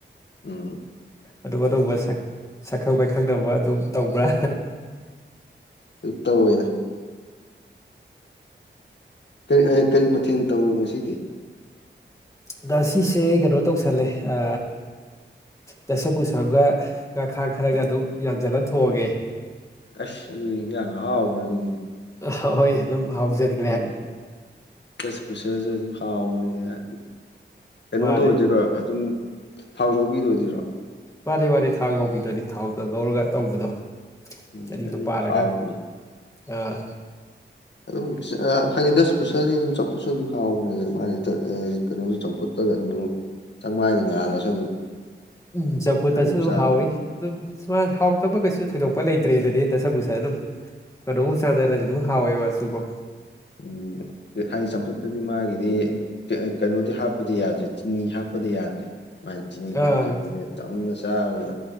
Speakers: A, on the left; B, on the left.
A: ꯎꯝ
B: ꯑꯗꯨꯝ ꯑꯅꯧꯕ ꯁꯛ ꯁꯛꯈꯪ ꯃꯥꯏꯈꯪꯅꯕ ꯑꯗꯨꯝ ꯇꯧꯕ꯭ꯔꯥ꯫
A: ꯇꯧꯏꯅ ꯑꯦ ꯑꯦ ꯀꯔꯤ ꯀꯔꯤ ꯃꯊꯦꯜ ꯇꯧꯔꯕ ꯉꯁꯤꯗꯤ
B: ꯉꯁꯤꯁꯦ ꯀꯩꯅꯣ ꯇꯧꯁꯜꯂꯦ ꯑ ꯗꯁꯀꯨꯁꯒ ꯉꯥꯈꯥ ꯈꯔꯒ ꯑꯗꯨꯝ ꯌꯥꯟꯁꯤꯜꯂ ꯊꯣꯛꯉꯦ
A: ꯑꯁ ꯑꯗꯨꯨꯗꯤ ꯏꯟꯖꯥꯡ ꯑꯍꯥꯎꯕꯅꯤꯅꯦ
B: ꯍꯣꯏ ꯑꯗꯨꯝ ꯍꯥꯎꯖꯒꯦ
A: ꯌꯥꯝꯅ ꯗꯁꯀꯨꯁꯁꯨ ꯑꯗꯨꯝ ꯍꯥꯎꯕꯅꯤꯍꯦ ꯀꯩꯅꯣ
B: ꯃꯥꯅꯦ
A: ꯗꯣ ꯑꯣꯏꯗꯣꯏꯔꯥ ꯑꯗꯨꯝ ꯊꯥꯎ ꯌꯥꯎꯕꯤꯗꯣꯏꯔꯣ
B: ꯃꯥꯅꯦ ꯃꯥꯅꯦ ꯊꯥꯎ ꯌꯎꯕꯤꯗꯨꯅꯤ ꯊꯥꯎꯗ ꯉꯧꯔꯒ ꯇꯧꯕꯗꯣ
A: ꯎꯝ
B: ꯑꯅꯤꯗꯣ
A: ꯑꯗꯨ
B: ꯄꯥꯔꯒ
A: ꯍꯥꯎꯕꯅꯦ
B: ꯑꯥ
A: ꯑꯗꯨꯝ ꯍꯥꯏꯗꯤ ꯗꯁ ꯀꯨꯁꯔꯗꯤ ꯑꯗꯨꯝ ꯆꯝꯐꯨꯠꯁꯨ ꯑꯗꯨꯝ ꯍꯥꯎꯕꯅꯦꯅ ꯀꯩꯅꯣꯁꯨ ꯆꯝꯐꯨꯠꯇꯒ ꯑꯗꯨꯝ ꯆꯥꯡꯃꯥꯏꯗ ꯉꯥꯜꯂꯁꯨ ꯑꯗꯨꯝ
B: ꯎꯝ ꯆꯝꯐꯨꯠꯇꯁꯨ
A: ꯑꯗꯨꯝ
B: ꯗꯨꯝ
A: ꯆꯥꯕ
B: ꯍꯥꯎꯏ ꯑꯗꯨꯝ ꯁꯨꯃꯥꯏ ꯍꯥꯎꯇꯕ ꯀꯩꯁꯨ ꯊꯣꯏꯗꯣꯛꯄ ꯂꯩꯇ꯭ꯔꯦꯗꯗꯤ ꯗꯁꯀꯨꯁꯥ ꯑꯗꯨꯝ ꯀꯅꯣꯕꯨ ꯆꯥꯅꯔꯗꯤ ꯑꯗꯨꯝ ꯍꯥꯎꯑꯦꯕ ꯃꯥꯁꯨ ꯀꯣ
A: ꯎꯝ ꯍꯥꯏꯗꯤ ꯆꯝꯐꯨꯠꯇꯨꯗꯤ ꯃꯥꯒꯤꯗꯤ ꯀꯩꯅꯣꯗꯤ ꯍꯥꯞꯄꯗꯤ ꯌꯥꯗꯔꯤ ꯆꯤꯅꯤ ꯍꯥꯞꯄꯗꯤ ꯌꯥꯗꯔꯤ ꯃꯥꯏ ꯆꯤꯅꯤ ꯍꯥꯞꯇꯕꯤꯗ
B: ꯑꯥ
A: ꯆꯝꯅ ꯆꯥꯕꯗ